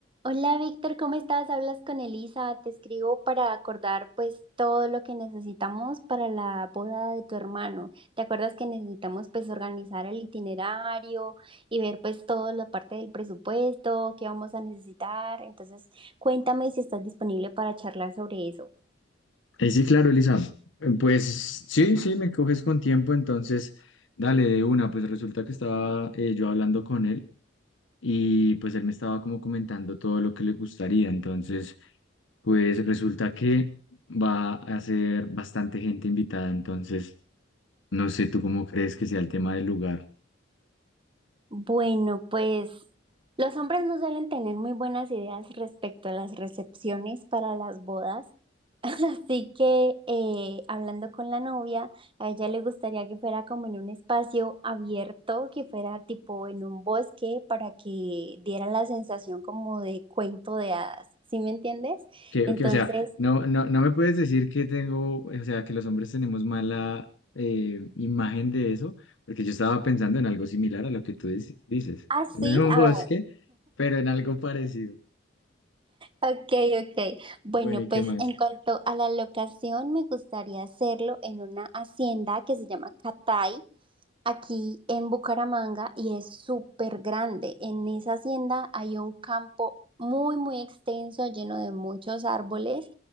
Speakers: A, on the right; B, on the left.
A: Hola Víctor, ¿cómo estás? Hablas con Elisa, te escribo para acordar pues todo lo que necesitamos para la boda de tu hermano. ¿Te acuerdas que necesitamos pues organizar el itinerario y ver pues toda la parte del presupuesto, qué vamos a necesitar? Entonces, cuéntame si estás disponible para charlar sobre eso.
B: Eh, sí, claro, Elisa. Eh, Pues sí, sí, me coges con tiempo, entonces dale de una. Pues resulta que estaba eh, yo hablando con él y pues él me estaba como comentando todo lo que le gustaría. Entonces, pues resulta que va a ser bastante gente invitada. Entonces, no sé, ¿tú cómo crees que sea el tema del lugar?
A: Bueno, pues los hombres no suelen tener muy buenas ideas respecto a las recepciones para las bodas. Así que eh, hablando con la novia, a ella le gustaría que fuera como en un espacio abierto, que fuera tipo en un bosque para que diera la sensación como de cuento de hadas, ¿sí me entiendes?
B: Que,
A: Entonces,
B: que, o sea, no, no, no me puedes decir que tengo, o sea, que los hombres tenemos mala eh, imagen de eso, porque yo estaba pensando en algo similar a lo que tú dici- dices.
A: así,
B: No en un
A: ah,
B: bosque,
A: bueno.
B: pero en algo parecido.
A: Ok, ok. Bueno,
B: Bueno, ¿y qué
A: pues
B: más?
A: en cuanto a la locación, me gustaría hacerlo en una hacienda que se llama Catay. aquí en Bucaramanga y es súper grande. En esa hacienda hay un campo muy, muy extenso, lleno de muchos árboles.